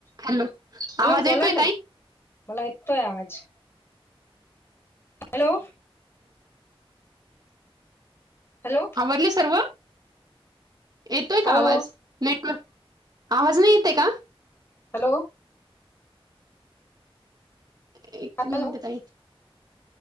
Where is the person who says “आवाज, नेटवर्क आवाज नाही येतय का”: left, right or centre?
Right